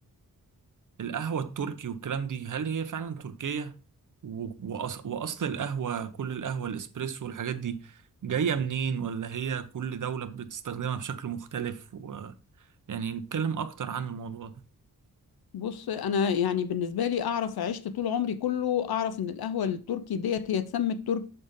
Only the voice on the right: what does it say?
القهوة التركي والكلام دي هل هي فعلا تركية و- وأص... وأصل القهوة كل القهوة الإسبريسو والحاجات دي جاية منين ولا هي كل دولة بتستخدمها بشكل مختلف و... يعني نتكلم أكتر عن الموضوع ده